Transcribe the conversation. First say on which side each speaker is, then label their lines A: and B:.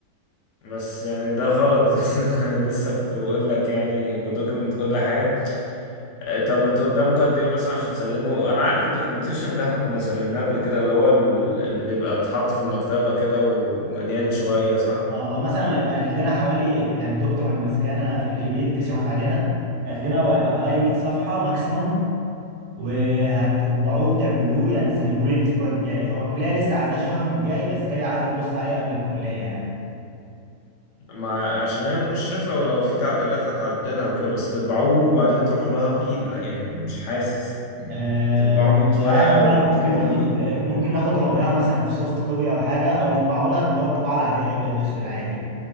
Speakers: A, on the left; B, on the right.
A: بس يعني ده غلط <laughs> لسه كنت بقول لك يعني بدوكيمنت كل حاجه آه، طب انتوا قدامكم قد ايه مثلا عشان تسلموا انا عارف الدوكيومنتيشن ده احنا كنا سلمناه قبل كده اللي هو ال- اللي بيبقى بيتحط في المكتبه كده ومليان شويه صح
B: اه هو مثلا هيبقى قالت لنا حوالي يعني الدكتور اللي ماسكانا في الجي بي بتشرف علينا قالت لنا هو هيبقى حوالي 100 صفحه ماكسيمم وهتطبعوه وتعملوه يعني سلموه لي الاسبوع الجاي هو الكليه لسه عايزاه الشهر الجاي بس هي عايزه تبص عليه قبل الكليه يعني
A: ما عشان هي مشرفة ولو في تعديلات هتعدلها وكده بس تطبعوه وبعدين تروح لها بيه لا يعني مش حاسس يعني
B: آه،
A: تطبعوا 100
B: مش
A: ورقة
B: عارف
A: وتروحوا
B: بقى ممكن ناخد
A: بيه
B: ممكن ناخد رأيها مثلا في سوفت كوبي أو حاجة أو نطبعه لها اللي هو الطباعة العادية أبيض وأسود عادي